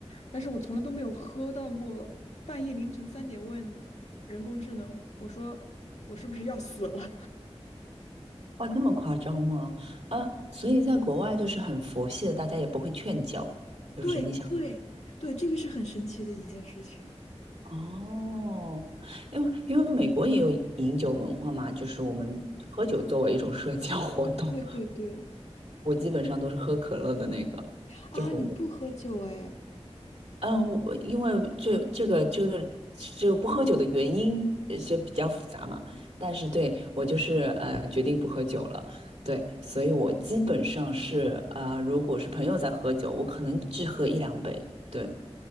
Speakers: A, on the left (about 80°); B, on the right (about 85°).
A: 但是我从来都没有喝到过半夜凌晨三点问人工智能，我说我是不是要死了？
B: 哇，这么夸张吗？啊，所以在国外就是很佛系的，大家也不会劝教，
A: <laughs>
B: 就是你想。
A: 对对对，这个是很神奇的一件事情。
B: 哦，因为因为美国也有饮酒文化嘛，就是我们喝酒作为一种社交活动，
A: 对对对。
B: 我基本上都是喝可乐的那个，
A: 啊，
B: 就很，
A: 你不喝酒哎
B: 嗯，我因为这这个这个这个不喝酒的原因呃就比较复杂嘛，但是对我就是呃决定不喝酒了，对，所以我基本上是呃如果是朋友在喝酒，我可能只喝一两杯，对。